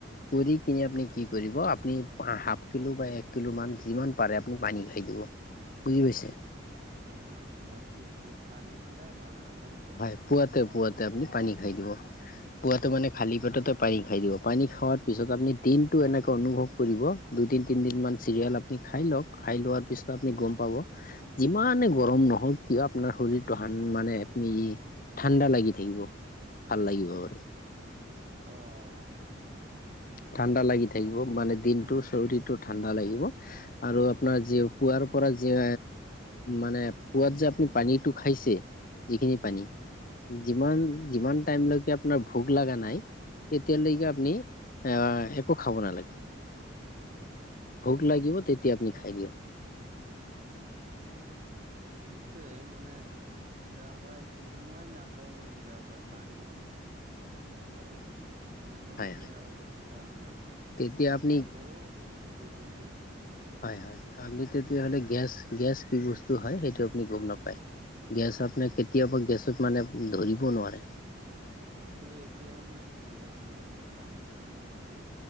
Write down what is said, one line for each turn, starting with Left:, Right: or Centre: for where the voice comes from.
Left: কৰি কিনে আপুনি কি কৰিব আপুনি হাফ কিলো বা এক কিলোমান যিমান পাৰে আপুনি পানী খাই দিব। বুজি পাইছে।
Right: অ', ৰাতিপুৱা পানী খালে ভাল হয় নটো
Left: হয় পুৱাতে পুৱা আপুনি পানী খাই দিব, পুৱা মানে খালি পেটতে পানী খাই দিব। পানী খোৱাৰ পিছত আপুনি দিনটো এনেকৈ অনুভৱ কৰিব দুদিন তিনিদিনমান চিৰিয়েল আপুনি খাই লওক। খাই লোৱাৰ পিছত আপুনি গম পাব। যিমানে গৰম নহওক কিয় আপোনাৰ শৰীৰটো সান মানে ই ঠাণ্ডা লাগি থাকিব ভাল লাগিব বাৰু।
Right: অ'। অ'।
Left: ঠাণ্ডা লাগি থাকিব মানে দিনটো চৰ্দিটো ঠাণ্ডা লাগিব আৰু আপোনাৰ যি পুৱাৰ পৰা যে মানে পোৱাত যে আপুনি পানীটো খাইছে যিখিনি
Right: উম,
Left: পানী
Right: হম, হম, উম,
Left: যিমান-যিমান টাইমলৈকে আপোনাৰ ভোক লগা নাই তেতিয়ালৈকে
Right: উম,
Left: আপুনি এ-একো খাব নালাগে ভোক লাগিব তেতিয়া আপুনি খাই দিয়ক।
Right: সেইটোৱে মানে কিবা আকয় সময় নাপাওঁ মই কিবা কয় পানী খাব লাগিব এনেকুৱা
Left: হয়
Right: মানে
Left: হয়
Right: অৱস্থা মানে
Left: তেতিয়া
Right: বিজি
Left: আপুনি
Right: থাকো গোটেই দিনটো।
Left: হয় হয়, আপনি তেতিয়াহ'লে গেছ-গেছ কি বস্তু হয় সেইটো আপুনি গম নাপায়। গেছ আপোনাৰ কেতিয়াবা গেছত মানে ধৰিব নোৱাৰে।
Right: সেইটো এতিয়াই মই বুজি পাইছো মানে পানী নোখোৱাৰ বাবে